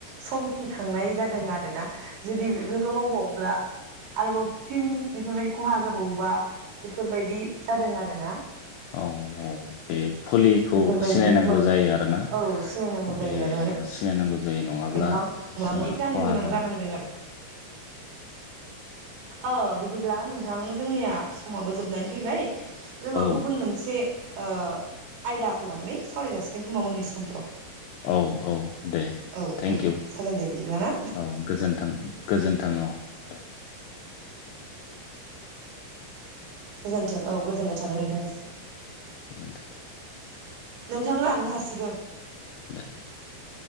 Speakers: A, on the right; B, on the left.
A: सम खिखांनाय जादों आरो ना? जुदि बेफोरखौ मावबावोब्ला आरोबाव फिन बेफोरबायदि खहा जाबावोबा बेफोरबायदि जादों आरो ना?
B: औ औ बे फुलिखौ
A: बेफोरबायदि
B: सिनायनांगौ
A: मो
B: जायो आरोना
A: औ सिनायनांगौ
B: बे
A: जायो आरो माने
B: सिनायनांगौ जायो नङाब्ला
A: गोबां मोगा-मोगि
B: जोंहा
A: जानो
B: खहा
A: गोनां
B: जायो
A: जानांदों आर <inaudible> औ बिदिब्ला नोंथां जोंनिया समावबो जोबनानै फैबाय। जोङो
B: औ
A: गुबुन मोनसे ओ आयदाखौ लानानै सावराय जासिगोन खोमा उननि समफोराव।
B: औ औ दे
A: औ
B: थेंकइउ
A: औ जागोन दे बिदिब्ला ना
B: औ गोजोन थां‌ गोजोनथों अ
A: गोजोनथों औ गोजोननाय थाबाय नोंथांसिम।
B: नोंथां
A: नोंथां लांनो हासिगौ।
B: <inaudible>